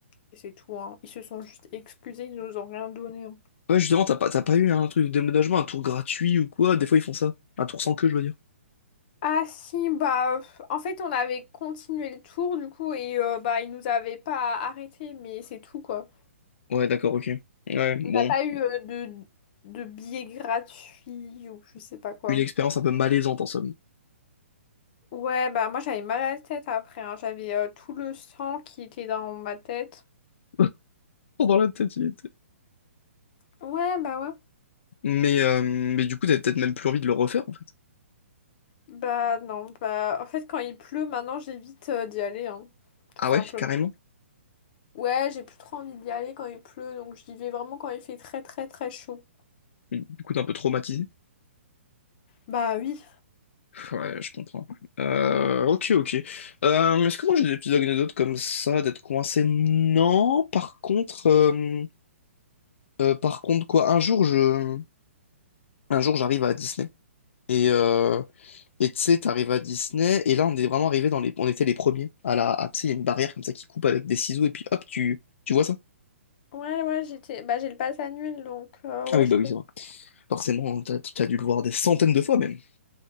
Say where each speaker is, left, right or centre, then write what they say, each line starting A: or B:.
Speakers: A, on the left; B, on the left.
A: et c'est tout, hein. Ils se sont juste excusés, ils nous ont rien donné. hein.
B: Ouais, justement, t'as pas, t'as pas eu un truc de déménagement, un tour gratuit ou quoi? Des fois, ils font ça. Un tour sans queue, je veux dire.
A: Ah si, bah, pff, en fait, on avait continué le tour, du coup, et euh, bah, ils nous avaient pas arrêté, mais c'est tout, quoi.
B: Ouais, d'accord, ok. Ouais, bon.
A: On n'a pas eu euh, de, de billets gratuits ou je sais pas quoi.
B: Une expérience un peu malaisante en somme.
A: Ouais, bah moi j'avais mal à la tête après, hein. J'avais euh, tout le sang qui était dans ma tête.
B: <laughs> Dans la tête, il était.
A: Ouais, bah ouais.
B: Mais, euh, mais du coup, t'avais peut-être même plus envie de le refaire en fait.
A: Bah non, bah en fait quand il pleut maintenant j'évite euh, d'y aller, hein. Tout
B: Ah
A: simplement.
B: ouais, carrément.
A: Ouais, j'ai plus trop envie d'y aller quand il pleut, donc j'y vais vraiment quand il fait très très très chaud.
B: Du coup, t'es un peu traumatisé.
A: Bah oui.
B: Ouais, je comprends. Euh, ok, ok. Euh, est-ce que moi j'ai des petites anecdotes comme ça, d'être coincé? Non, par contre, euh, euh, par contre quoi, un jour je, un jour j'arrive à Disney et euh, et tu sais, t'arrives à Disney et là on est vraiment arrivé dans les, on était les premiers à la, à, tu sais, il y a une barrière comme ça qui coupe avec des ciseaux et puis hop, tu, tu vois ça?
A: Ouais, ouais, j'étais... Bah j'ai le pass annuel, donc euh, ouais,
B: Ah oui,
A: je
B: bah oui,
A: connais.
B: c'est vrai. Forcément, t'as, t'as dû le voir des centaines de fois même.